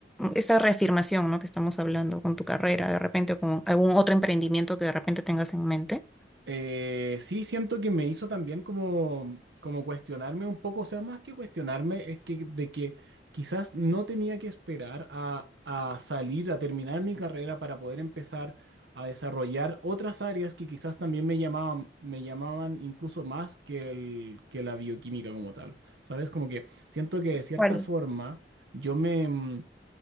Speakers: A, in the centre; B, on the right.
A: esta reafirmación, ¿no? que estamos hablando con tu carrera de repente o con algún otro emprendimiento que de repente tengas en mente?
B: Eh, sí, siento que me hizo también como, como cuestionarme un poco, o sea, más que cuestionarme, es que de que quizás no tenía que esperar a, a salir, a terminar mi carrera para poder empezar a desarrollar otras áreas que quizás también me llamaban, me llamaban incluso más que, el, que la bioquímica como tal. ¿Sabes? Como que siento que de cierta
A: ¿Cuáles?
B: forma yo me... mm,